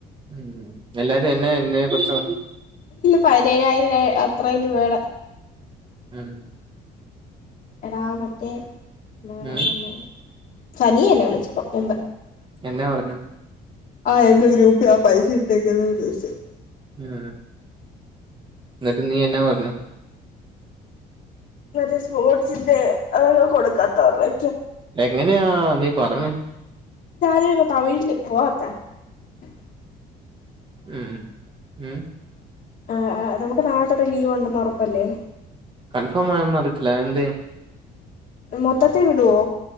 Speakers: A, on the right; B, on the left.
A: ഉം എല്ലാരും എന്നെ എന്നെ കുറിച്ച് പ
B: പതിനേഴായിരം അത്രയും രൂപേടെ
A: ഉം
B: എടാ മറ്റേ <unintelligible>
A: ഉം
B: സനിയ എന്നെ ഇപ്പോ വിളിച്ചു തൊട്ട് മുമ്പേ.
A: എന്നാ പറഞ്ഞു?
B: ആ <unintelligible> പൈസ ഇട്ടേക്കിന്നേ ചോദിച്ചു.
A: ഉം എന്നിട്ട് നീ എന്നാ പ <unintelligible>
B: മറ്റേ സ്പോർട്സിന്റെ ആഹ് കൊടുക്കാത്തവരുടെ
A: എങ്ങനെയാ ആ നീ പറഞ്ഞു.
B: ഇതാര് തമിഴിൽ പോ <unintelligible>
A: ഉം ഉം
B: ആ നമുക്ക് നാളെ തൊട്ട് ലീവ് ഉണ്ടെന്ന് ഉറപ്പല്ലേ?
A: കൺഫോം ആയോന്ന് അറിയത്തില്ല എന്തേ?
B: മൊത്തത്തീ വിടുവോ?